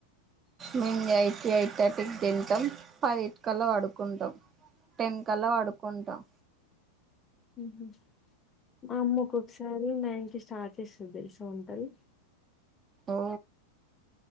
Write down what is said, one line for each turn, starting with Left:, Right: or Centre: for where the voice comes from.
Right: మేం ఎయిట్, ఎయిట్ థర్టీ కి తింటం పదింటికల్లా పడుకుంటాం టెన్ కల్లా పడుకుంటాం
Left: ఉ హుమ్మ్ మా అమ్మకు ఒకసారి నైట్ స్టార్ట్ చేస్తుంది తెలిసే ఉంటది
Right: ఓ